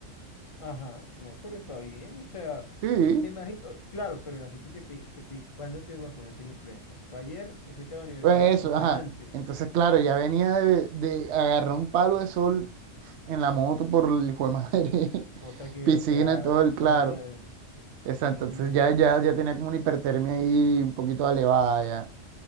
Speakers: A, on the left; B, on the right.
A: Ajá, no, pero está bien, o sea,
B: Sí,
A: me imagino, claro, pero el asunto es que te, se te, ¿cuándo te vacunaste la influenza? ¿Fue ayer que fuiste a la universidad
B: pues eso,
A: o fue
B: ajá.
A: antes?
B: Entonces, claro, ya venía de, de agarrar un palo de sol en la moto por el hijo de madre, <laughs>
A: Cosa que,
B: piscina,
A: o sea,
B: en todo el
A: fuera,
B: claro. Esa,
A: ujú,
B: entonces ya, ya, ya tenía como una hipertermia ahí un poquito elevada ya.